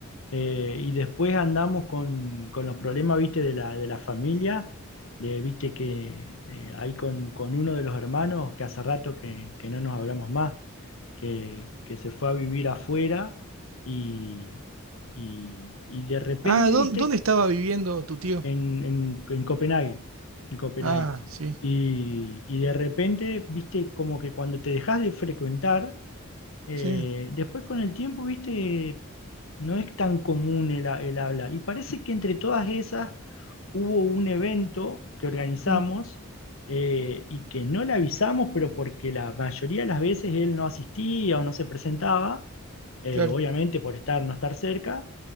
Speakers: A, on the left (about 65°); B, on the right (about 70°).
A: Eh, y después andamos con, con los problemas, viste, de la, de la familia, de, viste, que eh, hay con, con uno de los hermanos que hace rato que, que no nos hablamos más, que, que se fue a vivir afuera y, y, y de repente,
B: Ah, ¿dó-
A: viste,
B: ¿dónde, estaba viviendo tu tío?
A: en, en, en Copenhague, en Copenhague.
B: Ah, sí,
A: Y, y de repente, viste, como que cuando te dejas de frecuentar, eh,
B: sí,
A: después con el tiempo, viste, no es tan común el, ha- el habla. Y parece que entre todas esas hubo un evento que organizamos
B: mm,
A: eh, y que no le avisamos, pero porque la mayoría de las veces él no asistía o no se presentaba, eh,
B: claro.
A: obviamente por estar, no estar cerca,